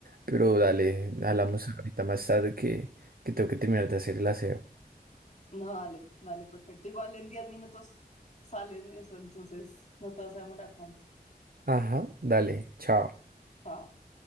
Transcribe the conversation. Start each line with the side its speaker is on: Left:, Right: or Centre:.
Right: pero dale,
Left: Sí.
Right: hablamos ahorita más tarde que, que tengo que terminar de hacer el aseo.
Left: No, dale, dale, perfecto. Igual en 10 minutos sale de eso, entonces no te vas a demorar tanto.
Right: Ajá, dale, chao.
Left: Chao.